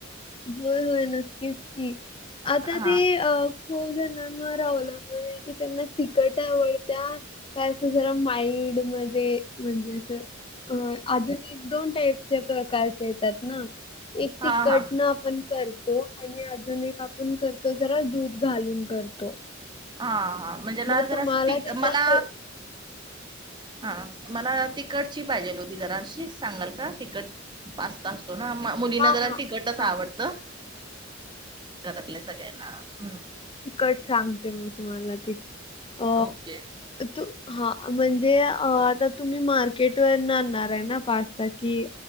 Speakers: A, on the left (about 25°); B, on the right (about 25°).
A: होय होय नक्कीच की आता
B: हा
A: ते अ? हो ज्यांना ना रावला की त्यांना तिकट आवडत्या.? काय असं जरा माइड मध्ये म्हणजे अस. अ आजुून एक दोन टाईपचे प्रकारचे येतात ना एक
B: हा
A: तिखट.
B: हा
A: आपण करतो आणि अजून एक आपण करतो जरा दूध घालून करतो.
B: हा हा म्हणजे लाल
A: मग
B: जरां
A: तुम्हाला
B: स तीख
A: त्याच्या
B: मला?
A: क-
B: हा मला तिखटची पाहिजेल होती जराशी सांगाल का तिकट पास्ता हो ना म मुलीना
A: हा
B: जरा
A: हा
B: तिकटच
A: हा
B: आवडत. घरातल्या सगळ्यांना हम्
A: तिकट सांगते मी तुम्हाला ती अ
B: ओके
A: तू हा म्हणजे आ आता तुम्ही मार्केट वरण आणणार आहे ना पास्ता कि?